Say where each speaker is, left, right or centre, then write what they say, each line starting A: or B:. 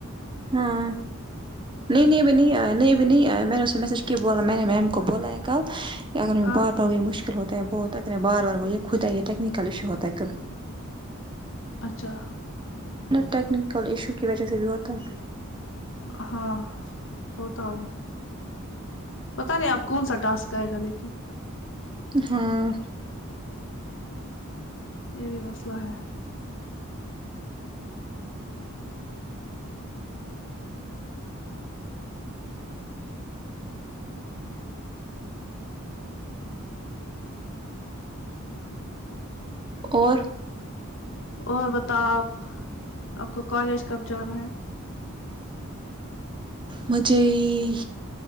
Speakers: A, on the right; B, on the left.
A: ہاں نہیں نہیں ابھی نہیں آیا نہیں ابھی نہیں آیا میں نے اسے میسج کی بولا میں نے میم کو بولا کل اگر
B: ہاں
A: بعد میں مشکل ہوتا ہے بہت بار بار بول یہ خودۂ یہ ٹیکنیکل ایشو ہوتا ہے کبھی
B: اچھا
A: ٹیکنیکل ایشو کی وجہ سے بھی ہوتا ہے
B: ہاں ہوتا ہوگا پتہ نہیں آپ کون سا ٹاسک آئے گا لیکن
A: ہاں
B: یہ بھی مسئلہ ہے
A: اور
B: اور بتاؤ آپ آپ کو کالج کب جانا ہے
A: مجھے ہی